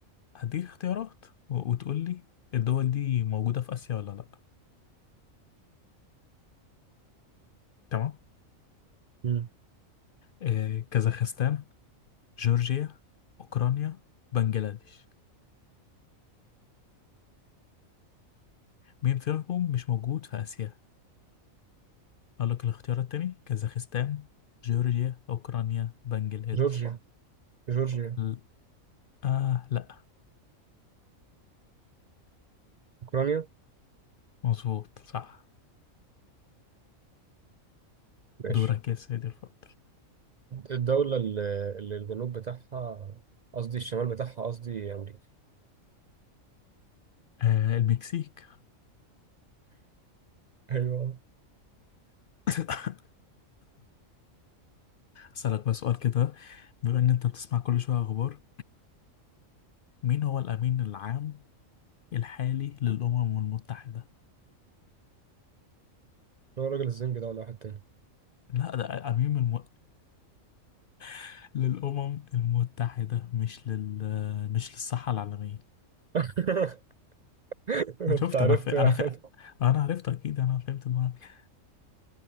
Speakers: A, on the left; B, on the right.
A: هديك اختيارات و- وتقول لي الدول دي موجودة في آسيا ولا لأ تمام
B: مم.
A: أه كازاخستان جورجيا أوكرانيا بنجلاديش مين فيهم مش موجود في آسيا أقول لك الاختيارات تاني كازاخستان جورجيا أوكرانيا بنجلاديش
B: جورجيا جورجيا
A: ل- آه لا
B: أوكرانيا
A: مظبوط صح
B: ماشي
A: دورك يا سيدي الفاضل
B: الدولة اللي اللي الجنوب بتاعها قصدي الشمال بتاعها قصدي أمريكا
A: آه المكسيك
B: أيوه
A: <laughs> أسألك بقى سؤال كده بما إن أنت بتسمع كل شوية أخبار مين هو الأمين العام الحالي للأمم المتحدة؟
B: هو راجل الزنج ده ولا واحد تاني
A: لا ده أمين الم... <laughs> للأمم المتحدة مش لل مش للصحة العالمية
B: <laughs> أنت
A: شفت
B: عرفت
A: أنا في... أنا
B: يعني
A: في... أنا عرفت أكيد أنا فهمت دماغك